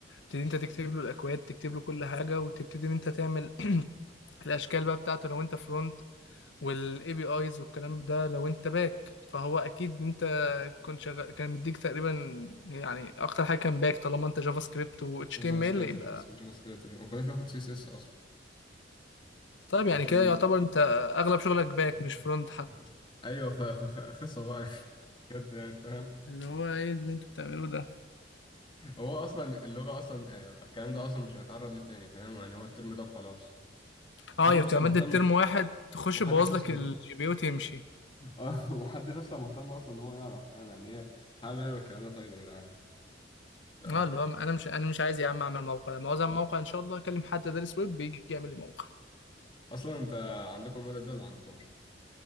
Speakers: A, on the left; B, on the left.
A: تبتدي انت تكتب له الاكواد تكتب له كل حاجه وتبتدي ان انت تعمل <clears throat> الاشكال بقى بتاعته لو انت فرونت والاي بي ايز والكلام ده لو انت باك فهو اكيد انت كنت شغال كان مديك تقريبا يعني اكتر حاجه كان باك طالما انت جافا سكريبت و اتش
B: كان
A: تي
B: جافا
A: ام
B: سكريبت
A: ال
B: جافا سكريبت جافا سكريبت جافا- ما كناش بناخد سي اس اس اصلا
A: طيب يعني
B: عشان
A: كده يعتبر انت اغلب شغلك باك
B: <laughs>
A: مش فرونت حتى
B: ايوه ف- فقصه بقى <laughs> بجد يعني فاهم
A: اللي هو ايه اللي انتوا بتعملوه ده
B: هو اصلا اللغه اصلا يعني الكلام ده اصلا مش هنتعرض ليه تاني فاهم يعني هو الترم ده وخلاص محدش
A: اه هي بتبقى
B: اصلا مهتم
A: مادة ترم واحد تخش
B: محدش
A: يبوظ
B: اصلا
A: لك الجي بي
B: <laughs>
A: وتمشي
B: اه محدش اصلا مهتم اصلا ان هو يعرف فاهم يعني ايه هعمل ايه بالكلام ده طيب يا جدعان تمام
A: اه اللي هو انا مش انا مش عايز يا عم اعمل موقع لما عاوز اعمل موقع ان شاء الله اكلم حد دارس ويب بيجي يعمل لي موقع
B: اصلا انت عندكم المادة دي ولا عندكمش